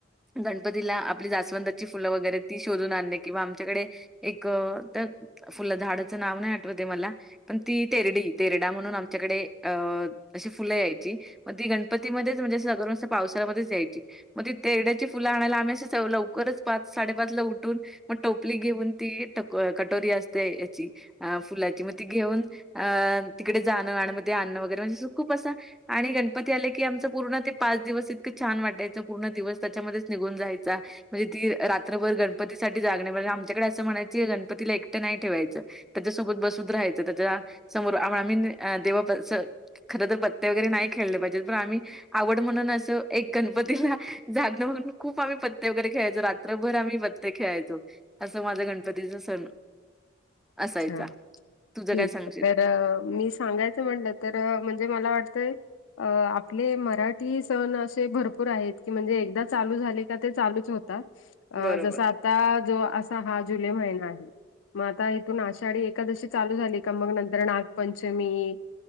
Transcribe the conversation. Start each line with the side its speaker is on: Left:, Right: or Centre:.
Centre: गणपतीला आपली जासवंदाची फुलं वगैरे ती शोधून आणणे किंवा आमच्याकडे एक फुल झााडाचं नाव नाही आठवत हे मला पण ती तेरडी तेरडा म्हणून आमच्याकडे अ अशी फुलं यायची मग ती गणपतीमध्येच म्हणजे सगळी पावसाळामध्येच यायची मग तेरड्याची फुलं आणायला आम्ही अस लवकरच पाच साडेपाच ला उठून मग टोपली घेऊन ती कटोरी असते याची अं फुलाची मग ती घेऊन तिकडे जाणं आण म आणणं वगैरे म्हणजे खूप असा आणि गणपती आले की आमचं पूर्ण ते पाच दिवस इतकं छान वाटायचं पूर्ण दिवस त्याच्यामध्येच निघून जायचा म्हणजे ती रात्रभर गणपतीसाठी जागणे म्हणजे आमच्याकडे असं म्हणायचं गणपतीला एकटं नाही ठेवायचं त्याच्यासोबत बसवून राहायचं त्याच्या समोर आम्ही अस देवा खर तर पत्ते वगैरे नाही खेळले पाहिजेत पण आम्ही आवड म्हणून अस एक गणपती जागणं म्हणून खूप आम्ही पत्ते वगैरे खेळायचो रात्रभर आम्ही पत्ते खेळायचो. असं माझा गणपतीचा सण
Left: अच्छा
Centre: असायचा. तुझं
Left: ठीक
Centre: काय सांगशील?
Left: तर मी सांगायच म्हणलं तर म्हणजे मला वाटतयं. अ आपले मराठी सण असे भरपूर आहेत की म्हणजे एकदा चालू झाले का ते चालूच होतात. अ
Centre: बरोबर.
Left: जस आता जो असा हा जुलै महिना आहे. मग आता आषाढी एकादशी चालू झाली का मग नंतर ना गपंचमी,